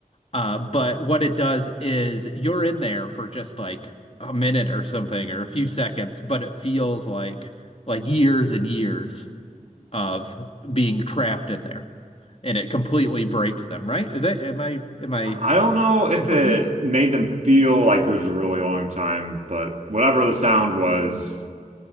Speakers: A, on the left; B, on the right.
A: Uh, but what it does is you're in there for just like a minute or something or a few seconds, but it feels like like years and years of being trapped in there, and it completely breaks them, right? Is that am I am I
B: I don't know if
A: conflating?
B: it made them feel like it was a really long time, but whatever the sound was,